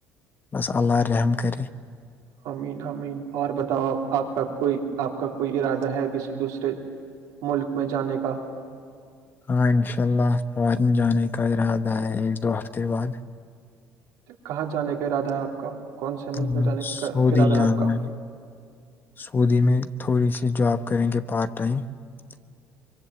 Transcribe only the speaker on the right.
امین امین اور بتاؤ آپ آپ کا کوئی آپ کا کوئی ارادہ ہے کسی دوسرے ملک میں جانے کا
کہاں جانے کا ارادہ ہے آپ کا کون سے ملک
میں جانے
کا ارادہ
آپ کا